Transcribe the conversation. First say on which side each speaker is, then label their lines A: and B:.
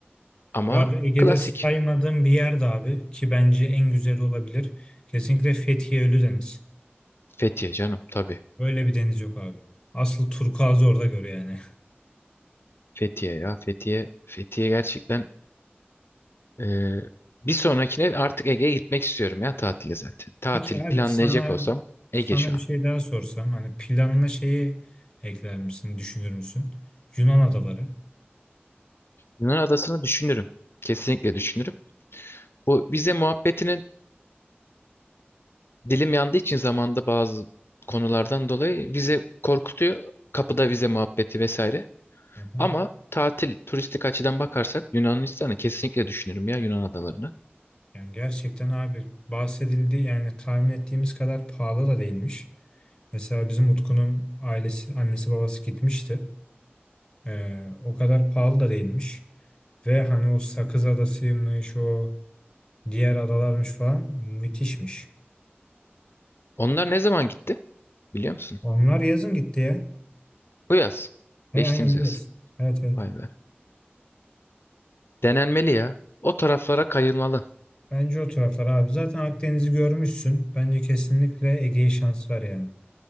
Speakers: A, on the left; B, on the left.
A: Ama
B: bu arada Ege'de
A: klasik.
B: saymadığım bir yer de abi ki bence en güzel olabilir. Kesinlikle Fethiye Ölüdeniz.
A: Fethiye canım tabii.
B: Böyle bir deniz yok abi. Asıl turkuazı orada gör yani.
A: Fethiye ya Fethiye. Fethiye gerçekten e, bir sonrakine artık Ege'ye gitmek istiyorum ya tatile zaten. Tatil
B: Peki abi
A: planlayacak
B: sana
A: olsam
B: sana
A: Ege şu
B: bir
A: an.
B: şey daha sorsam hani planına şeyi ekler misin, düşünür müsün? Yunan adaları.
A: Yunan adasını düşünürüm. Kesinlikle düşünürüm. Bu vize muhabbetinin dilim yandığı için zamanda bazı konulardan dolayı vize korkutuyor. Kapıda vize muhabbeti vesaire.
B: Hı hı.
A: Ama tatil, turistik açıdan bakarsak Yunanistan'ı kesinlikle düşünürüm ya Yunan adalarını.
B: Yani gerçekten abi bahsedildi yani tahmin ettiğimiz kadar pahalı da değilmiş. Mesela bizim Utku'nun ailesi, annesi babası gitmişti. Ee, o kadar pahalı da değilmiş. Ve hani o Sakız Adası'ymış, o diğer adalarmış falan müthişmiş.
A: Onlar ne zaman gitti biliyor musun?
B: Onlar yazın gitti ya.
A: Bu yaz.
B: He,
A: Geçtiğimiz
B: aynen biliyorsun.
A: yaz.
B: Evet evet.
A: Vay be. Denenmeli ya. O taraflara kayılmalı.
B: Bence o taraflar abi. Zaten Akdeniz'i görmüşsün. Bence kesinlikle Ege'ye şans var yani.